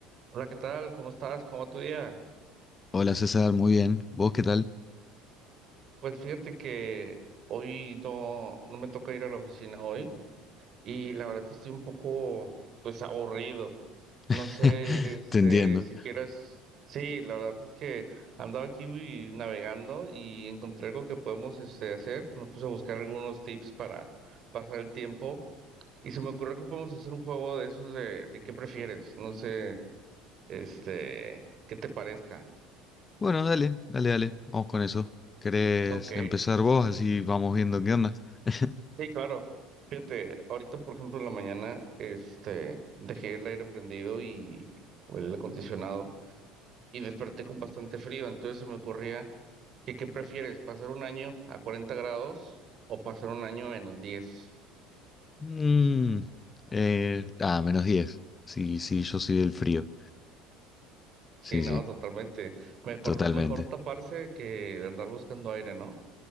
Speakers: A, on the right (about 45°); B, on the left (about 20°).
A: Hola, ¿qué tal? ¿Cómo estás? ¿Cómo va tu día?
B: Hola César, muy bien. ¿Vos qué tal?
A: Pues fíjate que hoy no, no me toca ir a la oficina hoy y la verdad estoy un poco, pues, aburrido. No
B: <laughs>
A: sé, este,
B: Te entiendo.
A: si quieras... Sí, la verdad es que andaba aquí uy, navegando y encontré algo que podemos, este, hacer. Me puse a buscar algunos tips para pasar el tiempo y se me ocurrió que podemos hacer un juego de esos de, de qué prefieres. No sé, este, qué te parezca.
B: Bueno, dale, dale, dale. Vamos con eso. ¿Querés
A: Ok.
B: empezar vos? Así vamos viendo qué onda. <laughs>
A: Sí, claro. Fíjate, ahorita, por ejemplo, en la mañana, este, dejé el aire prendido y o el acondicionado y desperté con bastante frío. Entonces se me ocurría que, ¿qué prefieres? ¿Pasar un año a 40 grados o pasar un año a menos diez.
B: Mm, eh, ah, menos 10. Sí, sí, yo soy del frío.
A: Sí,
B: Sí,
A: no,
B: sí,
A: totalmente. Mejor,
B: totalmente.
A: mejor taparse que andar buscando aire, ¿no?